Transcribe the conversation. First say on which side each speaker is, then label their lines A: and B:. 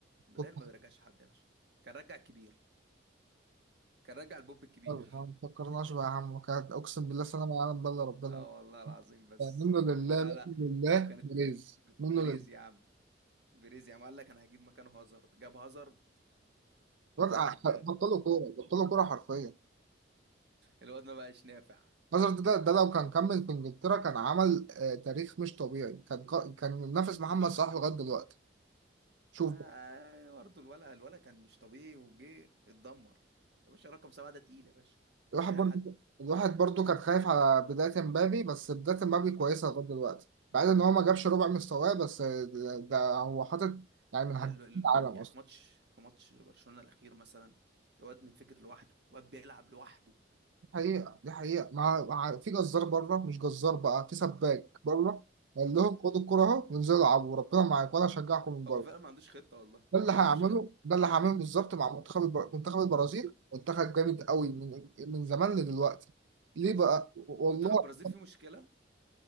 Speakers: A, on the right; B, on the right.
A: كنت
B: ريال ما بيرجعش حد يا باشا كان رجع الكبير كان رجع البوب الكبير
A: مختار ما فكرناش بقى يا عم كانت أقسم بالله سلام على عالم بلا ربنا
B: <laughs> اه والله العظيم بس
A: منه لله
B: لا
A: منه
B: لا
A: لله
B: وكانت
A: بليز
B: ب-
A: منه
B: بريز
A: لله
B: يا عم بريز يا عم قال لك انا هجيب مكانه هازارد جاب هازارد
A: وقع-
B: الواد
A: بطلوا كورة بطلوا كورة حرفيا
B: الواد ما بقاش نافع
A: مثلا ده ده لو كان كمل في إنجلترا كان عمل آه، تاريخ مش طبيعي كان كان منافس محمد صلاح لغاية دلوقتي شوف
B: آه برضه الولا الولا كان مش طبيعي وجه اتدمر يا باشا رقم سبعة ده تقيل يا باشا
A: الواحد
B: مش اي
A: برضو
B: حد
A: الواحد برضو كان خايف على بداية مبابي بس بداية مبابي كويسة لغاية دلوقتي بعد ان هو ما جابش ربع مستواه بس ده ده هو حاطط يعني من هداف
B: لا ال- ال-
A: العالم
B: يعني
A: اصلا
B: في ماتش في ماتش برشلونة الأخير مثلا الواد منفجر لوحده الواد بيلعب لوحده
A: دي حقيقة دي حقيقة مع, مع في جزار بره مش جزار بقى في سباك بره قال لهم خدوا الكرة اهو وانزلوا العبوا ربنا معاكم وانا هشجعكم من بره
B: هو فعلا ما عندوش خطة والله
A: ده اللي هيعمله
B: ما عندوش خطة
A: ده اللي هعمله بالظبط مع منتخب البر... منتخب البرازيل منتخب جامد قوي من من زمان لدلوقتي ليه بقى والله
B: منتخب البرازيل فيه مشكلة